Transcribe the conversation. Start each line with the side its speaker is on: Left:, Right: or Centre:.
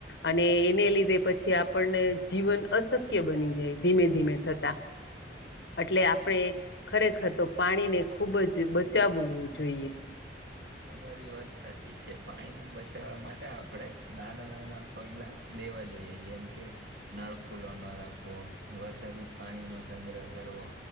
Left: અને એને લીધે પછી આપણને જીવન અશક્ય બની જાય ધીમે ધીમે. થતા. એટલે આપણે ખરેખર તો પાણીને ખૂબ જ બચાવવું જોઈએ.
Right: તમારી વાત સાચી છે પાણીને બચાવવા માટે આપણે નાના નાના પગલાં લેવા જોઈએ જેમ કે નળ ખુલ્લો ન રાખવો વરસાદી પાણીનો સંગ્રહ કરવો.